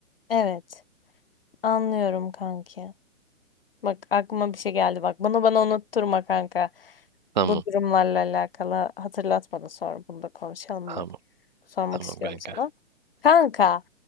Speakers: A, on the left; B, on the right.
A: Evet. Anlıyorum kanki. Bak aklıma bir şey geldi bak. Bunu bana unutturma kanka.
B: Tamam
A: Bu durumlarla alakalı hatırlat bana sonra bunu da konuşalım
B: tamam
A: bak. Sormak
B: tamam
A: istiyorum
B: kanka.
A: sana. Kanka